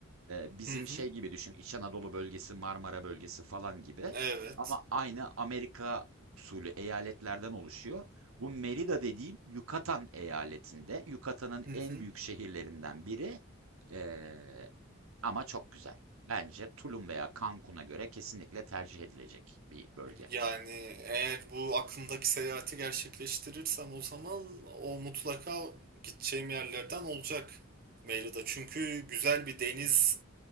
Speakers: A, on the right; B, on the right.
A: Eee, bizim
B: hı hı
A: şey gibi düşün, İç Anadolu bölgesi, Marmara bölgesi falan gibi.
B: evet
A: Ama aynı Amerika usulü eyaletlerden oluşuyor. Bu Merida dediğim Yucatan eyaletinde. Yucatan'ın
B: hı hı.
A: en büyük şehirlerinden biri. Eee, ama çok güzel. Bence Tulum veya Cancun'a göre kesinlikle tercih edilecek bir bölge.
B: Yani eğer bu aklımdaki seyahati gerçekleştirirsem o zaman o mutlaka gideceğim yerlerden olacak Merida. Çünkü güzel bir deniz